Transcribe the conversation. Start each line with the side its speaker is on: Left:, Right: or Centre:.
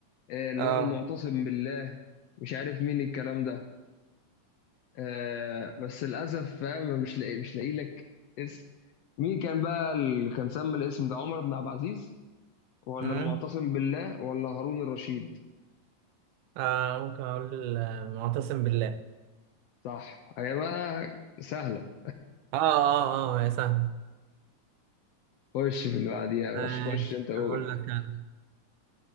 Left: آه اللي
Right: اه
Left: هو المعتصم بالله مش عارف مين الكلام ده آه بس للاسف فاهم مش لاقي مش لاقي لك اسم مين كان بقى اللي كان سمى الاسم ده عمر بن عبد العزيز ولا
Right: أمم.
Left: المعتصم بالله ولا هارون الرشيد
Right: اه ممكن اقول آه، معتصم بالله
Left: صح هي بقى سهله
Right: اه اه اه يا سهل
Left: خش في اللي بعديها يا
Right: ماشي
Left: باشا خش انت قول
Right: اقول لك انا